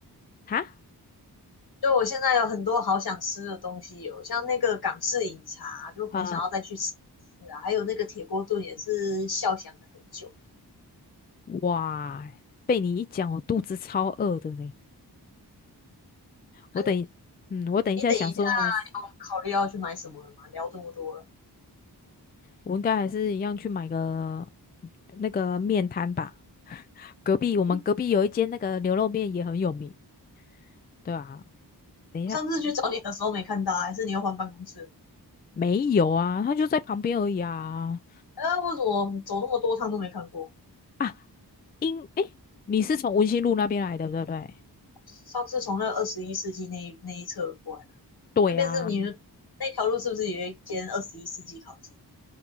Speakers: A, on the left (about 25°); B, on the left (about 60°).
A: 哈
B: 就我现在有很多好想吃的东西哦，像那个港式饮茶，就很想要再去吃一次啊。
A: 啊、
B: 还有那个铁锅炖也是笑想了很久。
A: 哇，被你一讲，我肚子超饿的呢。
B: 啊，
A: 我等一嗯，
B: 你
A: 我等一下想说还是
B: 你等一下有考虑要去买什么了吗？聊这么多了，
A: 我应该还是一样去买个那个面摊吧。<laughs> 隔壁我们隔壁有一间那个牛肉面也很有名，
B: 嗯
A: 对啊。等一下
B: 我上次去找你的时候没看到，还是你又换办公室了？
A: 没有啊，它就在旁边而已啊。
B: 啊，为什么走那么多趟都没看过？
A: 啊，因诶，你是从文心路那边来的，对不对？
B: 上次从那个二十一世纪那一那一侧过来的，
A: 对啊，
B: 那边是你们那条路是不是有一间二十一世纪烤鸡？